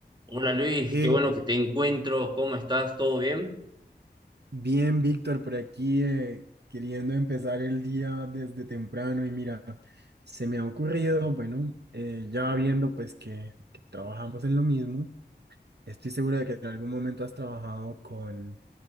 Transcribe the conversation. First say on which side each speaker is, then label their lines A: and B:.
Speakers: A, on the right; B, on the right.
A: Hola Luis,
B: Eh,
A: qué bueno que te encuentro, ¿cómo estás? ¿Todo bien?
B: bien, Víctor, por aquí eh, queriendo empezar el día desde temprano y mira, se me ha ocurrido, bueno, eh, ya viendo pues que, que trabajamos en lo mismo, estoy seguro de que en algún momento has trabajado con,